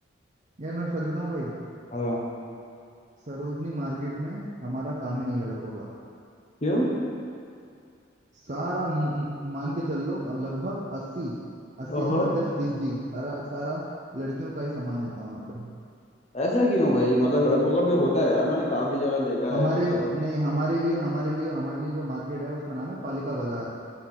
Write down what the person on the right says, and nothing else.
यार मैं सच बताऊं भाई
सरोजनी मार्केट में हमारा काम ही नहीं लड़कों का
सारा मु- मु- मान के चल लो लगभग अस्सी अस्सी
से नब्बे फीसदी सारा सारा लड़कियों का ही सामान होता है वहाँ पे
हमारे
लिए नहीं हमारे लिए हमारे लिए हमारे लिए जो मार्केट है उसका नाम है पालिका बाजार